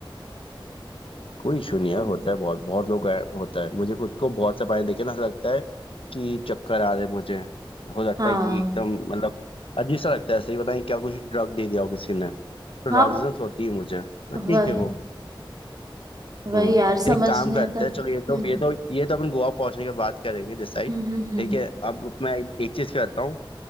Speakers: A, on the left; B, on the right.
A: कोई इशू नहीं है
B: अच्छा।
A: होता है बहुत बहुत लोग हैं, होता है मुझे खुद को बहुत से पानी देखे ना ऐसा लगता है कि चक्कर आ रहे हैं मुझे हो सकता
B: हाँ
A: है कि एकदम मतलब अजीब सा लगता है सही बताएं क्या कुछ ड्रग दे दिया हो किसी ने
B: हाँ
A: नॉलेजेंस होती है मुझे ठीक
B: वही
A: है वो
B: वही
A: हम्म
B: यार समझ
A: एक काम
B: नहीं
A: करते
B: आता हम्म
A: हैं चलो ये तो ये तो ये तो अपन गोवा पहुंचने के बाद करेंगे डिसाइड
B: हम्म हम्म हम्म
A: ठीक है अब मैं एक, एक चीज करता हूँ